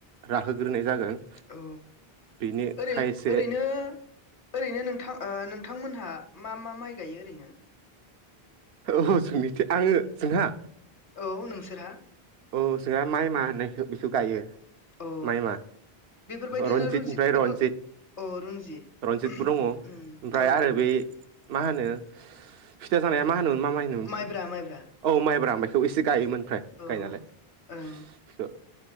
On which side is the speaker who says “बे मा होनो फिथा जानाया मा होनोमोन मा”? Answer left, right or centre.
Right